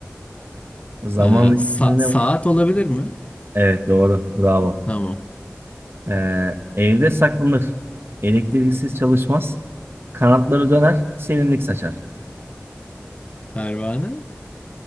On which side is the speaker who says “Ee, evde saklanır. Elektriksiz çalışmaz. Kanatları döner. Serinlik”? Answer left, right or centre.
Right